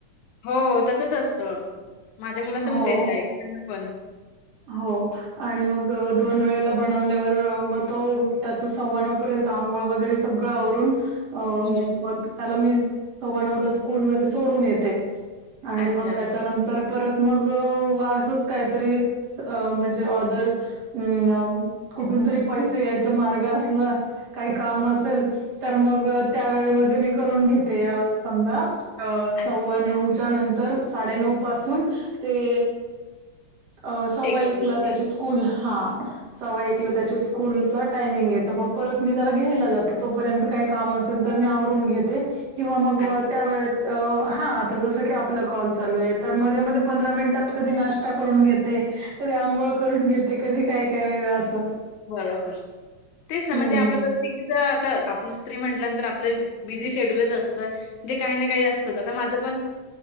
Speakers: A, on the left (about 75°); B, on the right (about 55°).
A: हो तसच असतं माझ्या मुलाचं
B: हो
A: पण तेच आहे. त्यांना पण.
B: हो. आणि मग दोन वेळेला बनवल्यावर मग तो त्याच सव्वा नऊ पर्यंत. आंघोळ वगैरे सगळं आवरून. अ
A: हं.
B: मग त्याला मी सव्वा नऊला स्कूलमध्ये सोडून येते. आणि
A: अच्छा.
B: मग त्याच्यानंतर. परत मग असंच काहीतरी म्हणजे ऑदर. अम् कुठून तरी पैसे यायचा मार्ग असला. काही काम असेल तर मग त्यावेेळेमध्ये मी करून घेते समजा. अ
A: अच्छा.
B: सव्वा नऊच्या नंतर साडेनऊ पासून ते. अ सव्वा
A: एक बाजूला.
B: एकला त्याची स्कूल हा. सव्वा एकला त्याच्या स्कूल टायमिंग आहे मग परत मी त्याला घ्यायला जाते तोपर्यंत काय. काम असेल तर मी आवरून घेते किंवा मग
A: अच्छा.
B: त्या वेत. अ हा आता जस की आपला कॉल चालू आहे तर मध्ये मध्ये
A: हं.
B: पंधरा मिनिटात कधी लास्ट. करून घेते कधी अंघोळ करून घेते कधी काय काय वेगळं असं
A: बरोबर तेच ना
B: हम्म
A: म्हणजे आपलं प्रत्येकीच आता आपण त म्हटल्यानंतर आपलं बिझी शेड्यूलच असतं म्हणे काही ना काही असत आता माझं पण